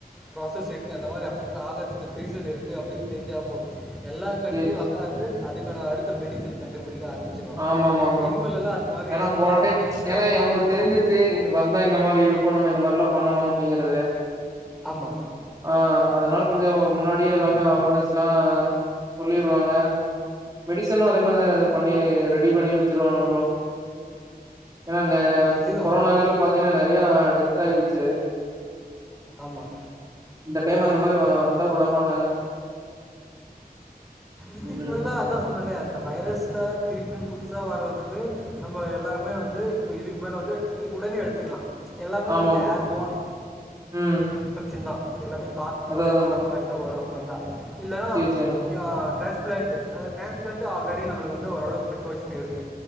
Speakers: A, in the centre; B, on the right.
A: ப்ராசஸ் இருக்கு அந்த மாதிரி அஃபெக்ட் ஆகறதுக்கு ரீசன் இருக்கு அப்படினு தெரிஞ்சா போது எல்லா கண்றியு
B: சரி, சரி.
A: ஒக்காந்து அதுக்கான அடுத்த மெடிசன் கண்டு புடிக்க ஆரம்பிச்சிருவாங்க
B: ஆமாமா ப்ரோ.
A: இதுக்கு மேலல்லாம் அது
B: ஏன்னா
A: சும்மா
B: போன டைம் ச்
A: அ
B: ஏன்னா எவங்களுக்கு
A: ஆமா.
B: தெரிஞ்சிருச்சு வந்தா இந்த மாரி இருக்கும் நம்ம இந்த மாரிலாம் பண் ணணும் அப்டிங்கறது
A: ஆமா.
B: ஆஹ் அதனா கொஞ்சோ முன்னாடியே எல்லாமே அவர்னஸ் லா சொல்லிடுவாங்க மெடிசனும் அதே மாரி தா எதோ பண் ணி ரெடி பண்ணி வச்சிருவாங்க ப்ரோ ஏன்னா நெ
A: அதேதான்.
B: கொரோனா வேலேல பாத்தீங்கன்னா நெறையா டிப் த்தாயிருச்சு
A: ஆமா.
B: இந்த டைம் அந்த மாரி வந்தா விட மாட்டாங்க
A: இதுக்கு
B: ம்
A: மேல அதான் சொன்னேல அந்த வைரஸ்ல திருப்பியும் புதுசா வர்றதுக்கு நம்ம எல்லாருமே வந்து இப்போ இதுக்கு மேல வந்து உடனே எடுத்துக்கலாம் எல்லாமே
B: ஆமா
A: வந்து
B: ப்ரோ
A: ஏர் போன்
B: ம்
A: இன்ஃபெக்ஷன் தான் எல்லாமே காத்து
B: அதா
A: மூலிமா
B: அதா
A: வர்ற மாரி தான் வரும் வந்தா இல்லனா
B: சேரி சேரி
A: ஏ ட்ரான்ஸ்பிளான்ட் அந்த ட்ரான்ஸ்பிளான்ட்டு ஆல்ரெடி நமளுக்கு வந்து ஓரளவுக்கு ப்ரொக்கஷன் இருக்கு